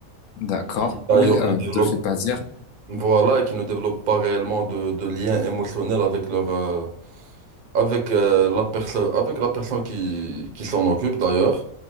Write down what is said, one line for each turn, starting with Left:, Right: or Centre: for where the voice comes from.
Left: D'accord.
Right: Ils, D'ailleurs,
Left: Oui, euh,
Right: ne développent,
Left: je te le fais pas dire,
Right: voilà, et qui ne développent pas réellement de, de lien émotionnel avec leur, euh, avec euh, la personne avec la personne qui, qui s'en occupe d'ailleurs.